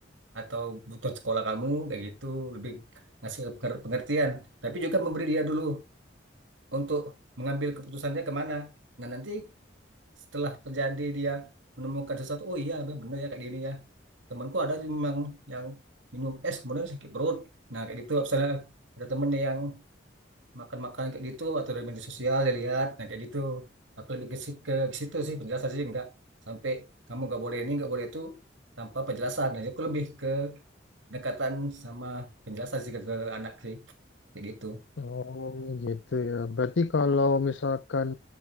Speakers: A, on the right; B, on the left.
A: atau butuh sekolah kamu kayak gitu lebih ngasih penger- pengertian tapi juga memberi dia dulu untuk mengambil keputusannya kemana. Nah nanti setelah terjadi dia menemukan sesuatu, oh iya bener ya kayak gini ya. Temanku ada memang yang minum es kemudian sakit perut. Nah kayak gitu, misalnya ada temennya yang makan-makan kayak gitu atau dari media sosial dia lihat, nah kayak gitu. Aku lebih ke, si- ke, ke situ sih penjelasan sih enggak sampai kamu nggak boleh ini nggak boleh itu tanpa penjelasan. Nah, aku lebih ke pendekatan sama penjelasan sih ke, ke anak sih kayak gitu.
B: Oh gitu ya. Berarti kalau misalkan